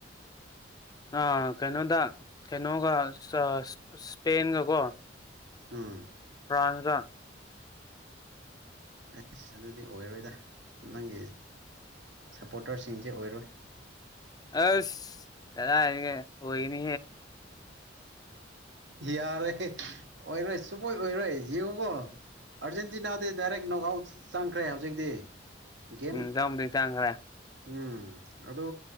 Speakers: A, on the left (about 20°); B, on the right (about 70°).
A: ꯑꯥ ꯀꯩꯅꯣꯗ ꯀꯩꯅꯣꯒ ꯏꯁꯄꯦꯟꯒꯀꯣ
B: ꯑꯥ
A: ꯐ꯭ꯔꯥꯟꯖꯥ
B: ꯑꯁ ꯑꯗꯨꯗꯤ ꯑꯣꯏꯔꯣꯏꯗ ꯅꯪꯒꯤ ꯁꯞꯄꯣꯔꯇꯔꯁꯤꯡꯁꯦ ꯑꯣꯏꯔꯣꯏ
A: ꯑꯁ ꯆꯂ ꯍꯥꯏꯒꯦ ꯑꯣꯏꯣꯏꯅꯤ
B: ꯌꯥꯔꯦ ꯑꯣꯏꯔꯣꯏ ꯆꯨꯄꯣꯏ ꯑꯣꯏꯔꯣꯏ ꯌꯦꯖꯤꯡꯉꯨ ꯀꯣ ꯑꯥꯔꯖꯦꯟꯇꯤꯅꯥꯗꯤ ꯗꯥꯏꯔꯦꯛ ꯅꯣꯛ ꯑꯥꯎꯠ ꯆꯪꯈ꯭ꯔꯦ ꯍꯧꯖꯤꯛꯇꯤ ꯦꯦꯝ
A: ꯎꯝ ꯆꯪꯕꯨꯗꯤ ꯆꯪꯈ꯭ꯔꯦ
B: ꯎꯝ ꯑꯗꯨ